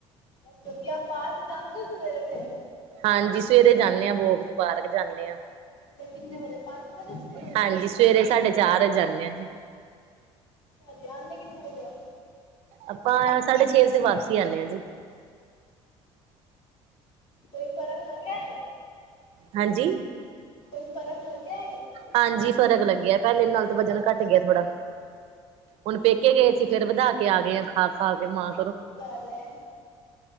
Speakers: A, on the left (about 50°); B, on the right (about 65°).
A: ਬੱਸ ਵਧੀਆ ਪਾਰਕ ਜਾਂਦੇ ਹੋ ਸਵੇਰੇ ਸਵੇਰੇ।
B: ਹਾਂਜੀ ਸਵੇਰੇ ਜਾਂਦੇ ਹਾਂ ਵਾਲਕ ਤੇ ਪਾਰਕ ਜਾਂਦੇ ਹਾਂ।
A: ਤੇ ਕਿੰਨੇ ਵਜੇ ਪੰਜ ਵਜੇ ਛੇ ਵਜੇ।
B: ਹਾਂਜੀ ਸਵੇਰੇ ਸਾਡੇ ਚਾਰ ਵਜੇ ਜਾਂਦੇ ਹਾਂ ਜੀ।
A: ਅੱਛਾ ਜਾਣੇ ਕਿੰਨੇ ਵਜੇ ਹੋ।
B: ਆਪਾਂ ਸਾਢੇ ਛੇ ਵਜੇ ਵਾਪਸੀ ਹਾਂ ਜੀ
A: ਕੋਈ ਫ਼ਰਕ ਲਗਿਆ।
B: ਹਾਂਜੀ।
A: ਕੋਈ ਫਰਕ ਲੱਗਿਆ।
B: ਹਾਂਜੀ ਫਰਕ ਲੱਗਿਆ ਪਹਿਲੇ ਨਾਲ ਤੋਂ ਵਜਨ ਘੱਟ ਗਿਆ ਥੋੜਾ ਹੁਣ ਪੇਕੇ ਗਏ ਸੀ ਫੇਰ ਵਧਾ ਕੇ ਆ ਗਏ ਹਾਂ ਖਾ ਖਾ ਕੇ ਮਾ
A: ਸਹੀ ਗੱਲ ਐ।